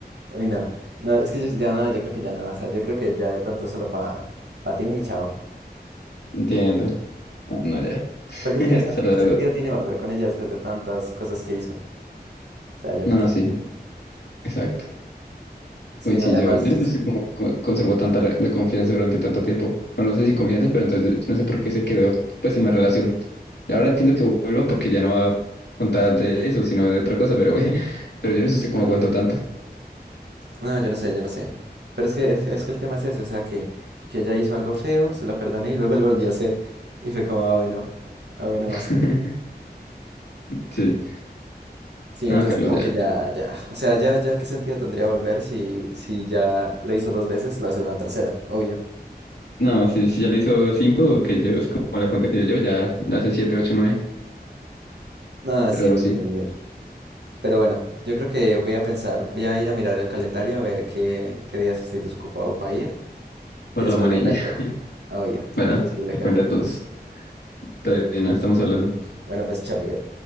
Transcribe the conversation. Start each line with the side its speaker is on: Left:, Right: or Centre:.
Right: Uy, no. No, es que yo ya no, yo creo que ya no. O sea, yo creo que ya de pronto solo para pa ti y chao.
Left: Entiendo. Ah, no, ya. <laughs>
Right: Porque es
Left: Esa
Right: que, o sea, es que
Left: era
Right: ¿qué
Left: la
Right: sentido
Left: duda.
Right: tiene volver con ella después de tantas cosas que hizo? O sea, ¿ya
Left: No,
Right: para qué?
Left: sí, exacto.
Right: Sí,
Left: Uy, sí,
Right: no, además.
Left: yo, yo no sé cómo co- conservó tanta la, la confianza durante tanto tiempo. Bueno, no sé si confianza, pero entonces yo no sé por qué se quedó pues en la relación. Y ahora entiendo que vuelva porque ya no va a contar de eso, sino de otra cosa, pero bueno, <laughs> pero yo no sé usted cómo aguantó tanto.
Right: No, yo no sé, yo no sé. Pero es que es, es que el tema es ese, o sea que, que ella hizo algo feo, se lo perdoné y luego <laughs> lo volví a hacer. Y fue como, ah, bueno, ah, bueno,
Left: <laughs>
Right: master
Left: Sí,
Right: Sí,
Left: no,
Right: entonces
Left: Carlos,
Right: como
Left: ya.
Right: que ya, ya. O sea, ya, ya, ¿qué sentido tendría volver si, si ya lo hizo dos veces, lo hace una tercera, obvio.
Left: No, sí, sí, ya le hizo cinco, que yo es como la cuenta que yo llevo, ya le hace siete, ocho, nueve,
Right: No,
Left: pero
Right: sí, Miguel,
Left: sí,
Right: Miguel. Pero bueno, yo creo que voy a pensar, voy a ir a mirar el calendario a ver qué, qué días estoy desocupado para ir.
Left: por
Right: Y después
Left: la manilla.
Right: le cuento.
Left: <laughs>
Right: Obvio.
Left: Bueno,
Right: Y después le
Left: la
Right: cuento
Left: cuenta
Right: qué
Left: entonces,
Right: tal.
Left: todavía no estamos hablando.
Right: Bueno, pues chao, Miguel.